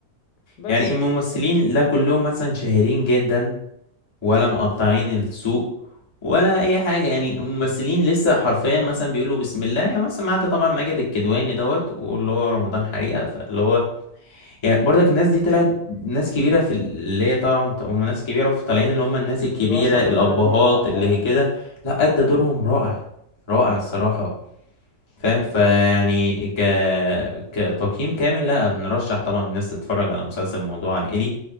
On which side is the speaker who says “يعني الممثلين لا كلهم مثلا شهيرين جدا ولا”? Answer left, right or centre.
Left